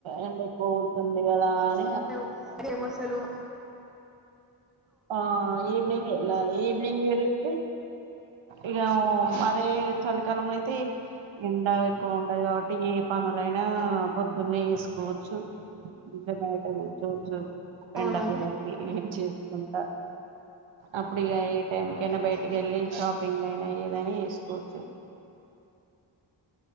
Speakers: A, on the right; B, in the centre.
A: ఎండ ఎక్కువ స్తుందికాదన్
B: ఎవ్ చేయలేమసలు
A: ఆ ఈవ్నింగ్ ఎల్లాలి ఈవ్నింగ్ వెళ్ళితే ఇకా వో అదే చలికాలంలో అయితే ఎండ ఎక్కువ ఉన్ ఉంటది కాబట్టి ఏ పనులైనా పొద్దున్నే చేసుకోవచ్చు. కొంచెం బయట కూర్చోచ్చు ఎండ
B: అవును
A: కూూరకి ఏంచే తాన్ అప్పుడు ఇగ ఏ టైంకైనా బయటికి వెళ్ళి షాపింగ్ అయినా ఏదైనా చేసుకోవచ్చు